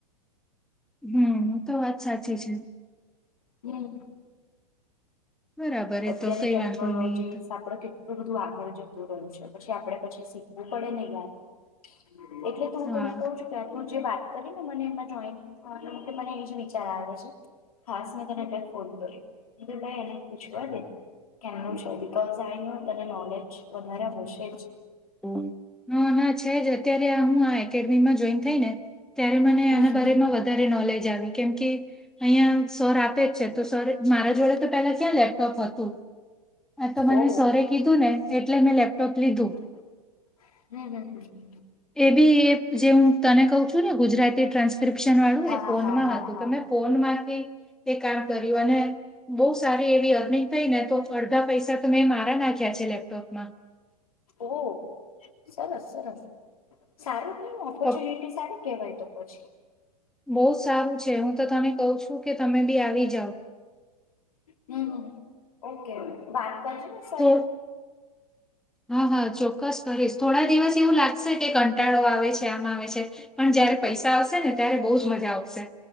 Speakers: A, in the centre; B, on the left (about 65°).
A: હમ એ તો વાત સાચી છે.
B: હમ.
A: બરાબર
B: અત્યારની
A: એ તો કઈ
B: ટેકનોલોજીસ
A: વાંધો નહી તો
B: આપડ કે કેટલું બધું આગળ જતું રહ્યું છે પછી આપડે પછી શીખવું પડે ને યાર. એટલે તો હું
A: હા
B: તને કવ છુ તું જે વાત કરી ને મને એમાં જોઈને મને એજ વિચાર આવે છે. હાસ મે તને એટલે ફોન કર્યો એ ભાઈ એને, પૂછવા દે બીકોઝ આનું તને નોલેજ વધારે હશે જ‌,
A: હા, હા, હા છે, જ અત્યારે હું આ એકેડેમીમાં જોઈએ. થઈને ત્યારે મને
B: હમ
A: આના
B: હમ
A: બારેમાં
B: હમ.
A: વધારે નોલેજ આવી કેમ કે, અહીયાં સર આપે જ છે, તો સર મારા જોડે તો પેલા ક્યાં લેપટોપ હતું. આતો મને
B: ઓ
A: સરે કીધું ને એટલે મેં લેપટોપ લીધું‌
B: હું, હ, હ, હ,
A: એબી એજે હું તને કઉ છું, ને ગુજરાતી ટ્રાન્સ્ક્રિપ્શન વાળું
B: હા
A: એ ફોનમાં
B: હા હા
A: હતું
B: હા
A: તો મેં. ફોન માંથી, એ કામ કર્યું અને બહુ સારી એવી અર્નિંગ થઈને તો અડધા પૈસા તો મેં મારા નાખા. ખ્યાં છે, લેપટોપમાં.
B: ઓ સરસ સરસ સારું. ઓપોર્ચ્યુનિટી
A: પ-
B: સારી કહેવાય તો પછી,
A: બહુ સારું છે, હુંતો તને કઉ છું, કે તમે ભી આવી જાવ.
B: હું ઓકે ઓ વાત બાજુ,
A: તો હા હા ચોક્કસ કરીશ, થોડા દિવસ એવું લાગશે કે કંટાળો આવે છે, આમ આવે છે. પણ જયારે પૈસા આવશેને ત્યારે બહુ જ મજા આવશે.